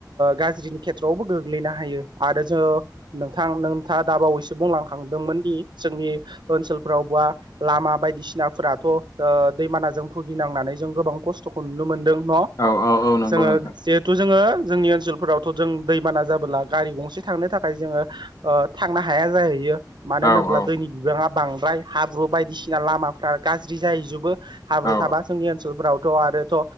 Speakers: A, on the right (about 85°); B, on the left (about 50°).
A: गाज्रिनि खेथ्रआवबो गोग्लैनो हायो आरो जोङो नोंथां नोंथाङा दाबावैसो बुंलांखांदोंमोन दि जोंनि ओनसोलफ्राव बा लामा बायदिसिनाफोराथ' ओ दैबानाजों भुगिनांनानै जों गोबां खस्थ'खौ नुनो मोनदों। न'
B: औ औ औ नंगौ
A: जोङो
B: नोंथां
A: जिहेथु जोङो जोंनि ओनसोलफोरावथ' जों दैबाना जाबोला गारि गंसे थांनो थाखाय थाखाय जोङो ओ थांनो हाया जाहैयो मानो होनोब्ला
B: औ औ
A: दैनि बिबाङा बांद्राय हाब्रु बायदिसिना लामाफ्रा गाज्रि जाहैजोबो हाब्रु
B: औ
A: थाबा जोंनि ओनसोलफ्राव। थ' आरोथ'